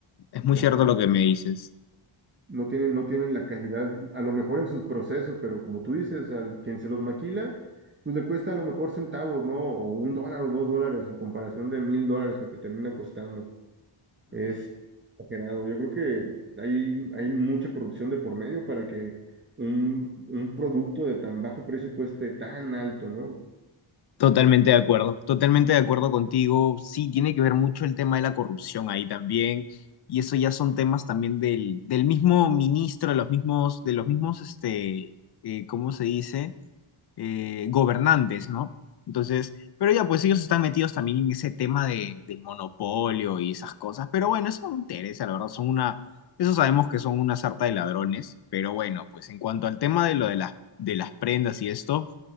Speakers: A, on the left; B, on the right.
A: es muy
B: ajá,
A: cierto lo que me dices.
B: no tienen, no tienen la calidad, a lo mejor en sus procesos, pero como tú dices, al quien se los maquila, pues le cuesta a lo mejor centavos, ¿no? O un dólar o dos dólares en comparación de mil dólares que te termina costando. Es exagerado. Yo creo que hay, hay mucha corrupción de por medio para que un, un producto de tan bajo precio cueste tan alto, ¿no?
A: Totalmente de acuerdo, totalmente de acuerdo contigo. Sí, tiene que ver mucho el tema de la corrupción ahí también, y eso ya son temas también del, del mismo ministro, de los mismos, de los mismos, este, eh, ¿cómo se dice? Eh, gobernantes, ¿no? Entonces, pero ya, pues ellos están metidos también en ese tema de, del monopolio y esas cosas, pero bueno, eso no me interesa, la verdad, son una, eso sabemos que son una sarta de ladrones, pero bueno, pues en cuanto al tema de lo de las, de las prendas y esto,